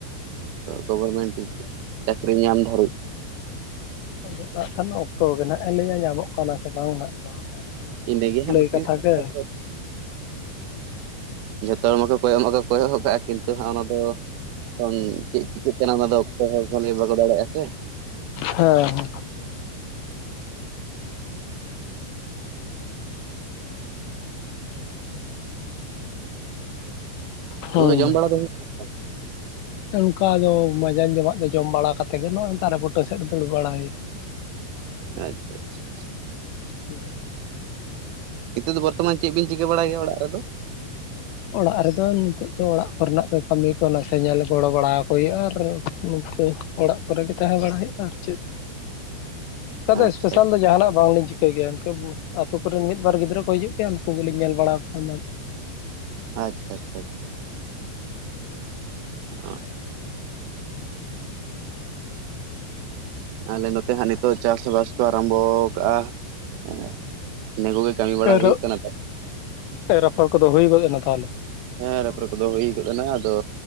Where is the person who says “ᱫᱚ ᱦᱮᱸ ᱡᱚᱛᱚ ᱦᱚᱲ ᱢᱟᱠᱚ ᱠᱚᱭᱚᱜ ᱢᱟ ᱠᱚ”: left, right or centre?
Right